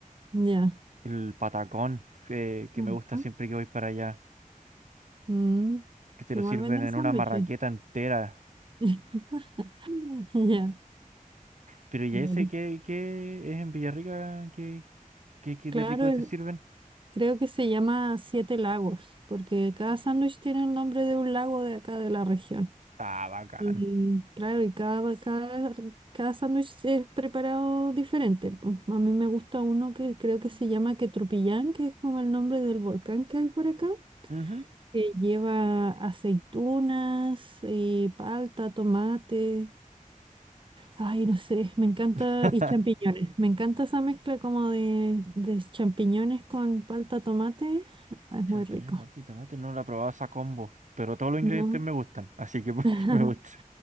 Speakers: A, on the right (about 35°); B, on the right (about 60°).
A: ya.
B: el patacón, eh, que
A: Ajá.
B: me gusta siempre que voy para allá,
A: Mm,
B: que te
A: Igual
B: lo sirven
A: venden
B: en
A: sándwiches.
B: una marraqueta entera.
A: <laughs> Ya,
B: Pero ya
A: mira.
B: ese, ¿qué, qué es en Villarrica? ¿Qué, qué, qué
A: Claro,
B: de rico
A: el-
B: te sirven?
A: creo que se llama Siete Lagos, porque cada sándwich tiene el nombre de un lago de acá de la región.
B: Ah, bacán.
A: Y claro, y cada, cada, cada sándwich es preparado diferente. po. A mí me gusta uno que creo que se llama Quetrupillán, que es como el nombre del volcán que hay por acá,
B: Ujú.
A: que lleva aceitunas y palta, tomate, ay, no sé, me encanta,
B: <laughs>
A: y champiñones. Me encanta esa mezcla como de, de champiñones con palta, tomate. Ah, Es
B: Champiñones,
A: muy rico,
B: palta y tomate, no la probaba esa combo, pero todos los ingredientes
A: ¿no?
B: me gustan, así que <laughs> pues
A: <laughs>
B: que me gusta.